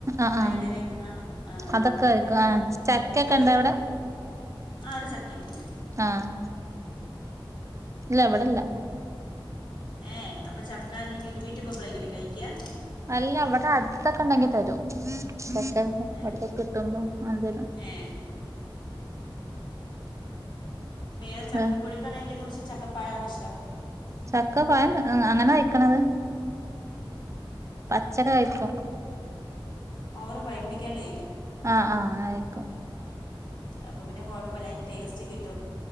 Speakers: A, on the right; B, on the left.
A: ആഹ്
B: <inaudible> വഴുതനങ്ങ
A: ആഹ് അതൊക്കെ
B: പിന്നെനകൊക്കക്കോയ
A: കഴിക്കും ആഹ് ചക്കക്കെ ഇണ്ടോ അവിടെ
B: ആ അവിടെ ചക്കെക്കണ്ട്
A: ആഹ് ഇല്ല ഇവിടെല്ല
B: ഏ അപ്പൊ ചക്ക നീ വീട് വീട്ടില് പോവുമ്പളേക്കല്ലെ കഴിക്കാ
A: അല്ല ഇവിടെ അടുത്തൊക്കെ ഇണ്ടെങ്കി തരും <unintelligible> ഇവർക്കെ
B: ഏ
A: കിട്ടുമ്പോ ആ എന്തേലും
B: ഏ പ്പേ ചക്കപ്പുഴിക്കാണൊ
A: ഏഹ്
B: ഏറ്റവും കൂടുതല് ഇഷ് ചക്കപ്പയാണിഷ്ടം
A: ചക്ക പഴം ഏ അങ്ങനെ കഴിക്കണത് പച്ചക്കെ കഴിക്കും
B: ഓവർ പഴിപ്പിക്കേണ്ടയ്
A: ആ ആഹ് ആയേക്കും
B: അപ്പൊ പിന്നെ കൊഴപ്പല്ല അതിന്റെ ടേസ്റ്റ് കിട്ടും